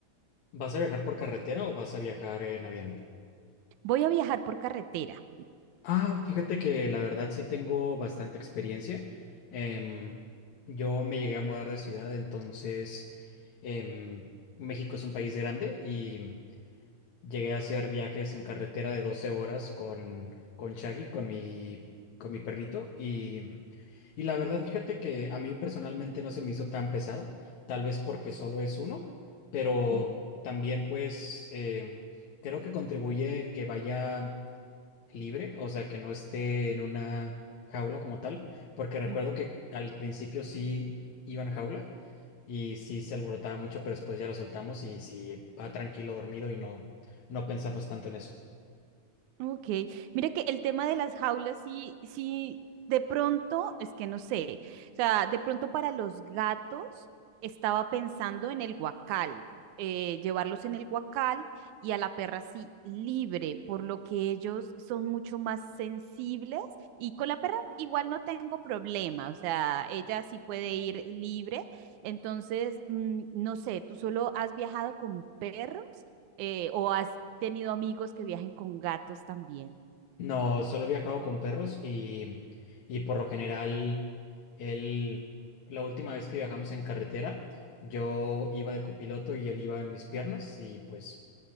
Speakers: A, on the left; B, on the right.
A: ¿vas a viajar por carretera o vas a viajar en avión?
B: Voy a viajar por carretera.
A: Ah, fíjate que la verdad sí tengo bastante experiencia. Em, yo me llegué a mudar de ciudad, entonces em, México es un país grande y Llegué a hacer viajes en carretera de 12 horas con, con Shaggy, con mi, con mi perrito, y, y la verdad, fíjate que a mí personalmente no se me hizo tan pesado, tal vez porque solo es uno, pero
B: Mm,
A: también pues em, creo que contribuye que vaya libre, o sea, que no esté en una jaula como tal, porque recuerdo
B: ujú.
A: que al principio sí iba en jaula y sí se alborotaba mucho, pero después ya lo soltamos y sí va tranquilo dormido y no, no pensamos tanto en eso.
B: Ok, mira que el tema de las jaulas sí, sí, de pronto, es que no sé, o sea, de pronto para los gatos estaba pensando en el guacal, eh, llevarlos en el guacal y a la perra sí libre, por lo que ellos son mucho más sensibles y con la perra igual no tengo problema, o sea, ella sí puede ir libre, entonces, mm, no sé, ¿tú solo has viajado con perros? eh, o has tenido amigos que viajen con gatos también.
A: No, solo he viajado con perros y, y por lo general, él, la última vez que viajamos en carretera, yo iba de copiloto y él iba en mis piernas y pues